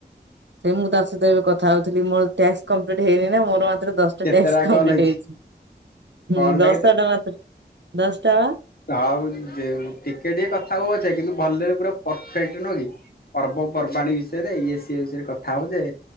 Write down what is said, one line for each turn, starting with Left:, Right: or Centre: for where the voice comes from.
Right: ସେ, ମୁଁ ତା ସହିତ ଏବେ କଥା ହଉଥିଲି। ମୋର ଟ୍ୟାସ୍କ କମ୍ପ୍ଲିଟ୍ ହେଇନି ନା, ମୋର ମାତ୍ର ଦଶ
Left: କେତେଟା
Right: <inaudible> ଡ଼ିସକାଉଣ୍ଟେଟ୍
Left: କଲ୍ ହେଇଛି
Right: ହେଇଚି, ହୁଁ
Left: କଲ୍ ଟା
Right: ଦଶଟଙ୍କା ତ ଦଶଟଙ୍କା।
Left: ହଉ, ଯେ ଟିକେ ଟିକେ କଥା ହଉଅଛେ, କିନ୍ତୁ ଭଲରେ ପୁରା ପରଫେକ୍ଟ ନୁହଁ କି? ପର୍ବ ପର୍ବାଣୀ ବିଷୟରେ, ଇଏ-ସିଏ ବିଷୟରେ କଥା ହବ ଯେ,